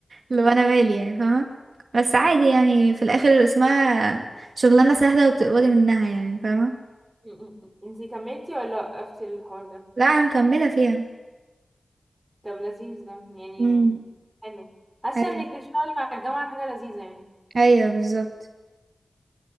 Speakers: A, on the right; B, on the right.
A: اللي
B: مم.
A: هو انا مالي يعني فاهمة بس عادي يعني في الاخر اسمها شغلانة سهلة وبتقبضي منها يعني فاهمة
B: مم. انتي كملتي ولا وقفتي الحوار ده
A: لا انا مكملة فيها
B: طب لذيذ ده يعني
A: امم
B: حلو حاسه
A: ايوه
B: انك بتشتغلي مع الجامعه حاجه لذيذه يعني
A: ايوه بالظبط